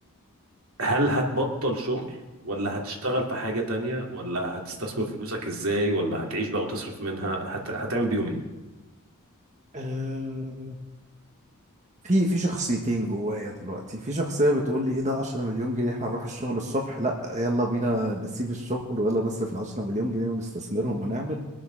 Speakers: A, on the right; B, on the right.
A: هل هتبطل شغل ولا هتشتغل في حاجة تانية ولا هتستثمر فلوسك ازاي ولا هتعيش بقى وتصرف منها هت... هتعمل بيهم ايه
B: آه، في في شخصيتين جوايا دلوقتي في شخصية بتقول لي ايه ده 10 مليون جنيه احنا نروح الشغل الصبح لا يلا بينا نسيب الشغل ويلا نصرف ال 10 مليون جنيه ونستثمرهم ونعمل